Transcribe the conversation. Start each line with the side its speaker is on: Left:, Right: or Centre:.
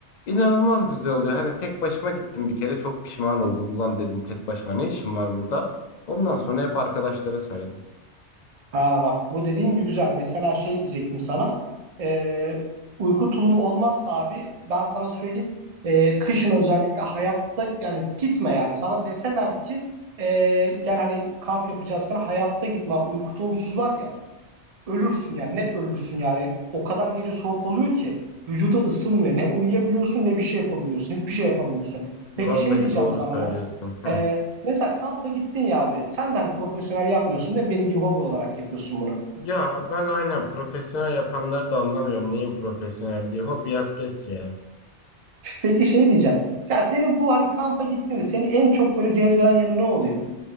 Left: inanılmaz güzel oluyor. Hani tek başıma gittim bir kere çok pişman oldum. Ulan dedim tek başıma ne işim var burada? Ondan sonra hep arkadaşlara söyledim.
Right: Ha bak bu dediğin güzel. Mesela şey diyecektim sana. Ee, uyku tulumu olmazsa abi ben sana söyleyeyim. ee, kışın özellikle hayatta yani gitme yani. Sana deseler ki ee, gel hani kamp yapacağız falan hayatta gitme abi. Uyku tulumsuz var ya ölürsün yani net ölürsün yani. O kadar gece soğuk oluyor ki vücudun ısınmıyor. Ne uyuyabiliyorsun ne bir şey yapabiliyorsun. Hiçbir şey yapamıyorsun.
Left: Vallahi
Right: Peki şey diyeceğim
Left: doğru
Right: sana
Left: söylüyorsun.
Right: ya.
Left: Heh.
Right: Ee, mesela kampa gittin ya abi. Sen de hani profesyonel yapmıyorsun değil mi? Benim gibi hobi olarak yapıyorsun bunu.
Left: Ya ben aynen profesyonel yapanları da anlamıyorum. Neyin profesyonelliği? Hobi yap geç ya.
Right: Peki şey diyeceğim. Ya senin bu hani kampa gittiğinde seni en çok böyle cezbeden yanı ne oluyor?